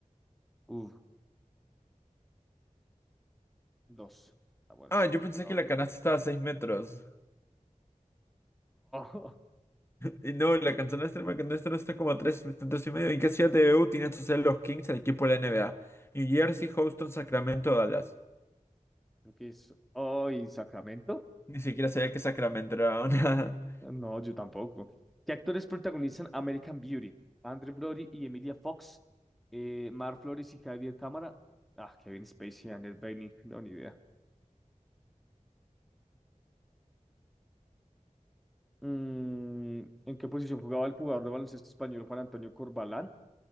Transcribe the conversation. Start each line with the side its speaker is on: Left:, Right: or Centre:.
Centre: Uf, 2. Ah, bueno,
Left: Ah,
Centre: sí.
Left: yo pensé
Centre: No.
Left: que la canasta
Centre: <laughs>
Left: estaba a 6 metros.
Centre: No,
Left: Y no, la canasta extrema que no está está como a 3 metros y medio. ¿En qué ciudad de E u tienen su sede los Kings, el equipo de la NBA? New Jersey, Houston, Sacramento, Dallas.
Centre: creo que es. Oh, ¿y Sacramento?
Left: Ni siquiera sabía que Sacramento era una... <laughs>
Centre: No, yo tampoco. ¿Qué actores protagonizan American Beauty? Andrew Brody y Emilia Fox. Eh, Mar Flores y Javier Cámara. Ah, Kevin Spacey, y Annette Bening. No, ni idea. Mm, ¿en qué posición jugaba el jugador de baloncesto español Juan Antonio Corbalán?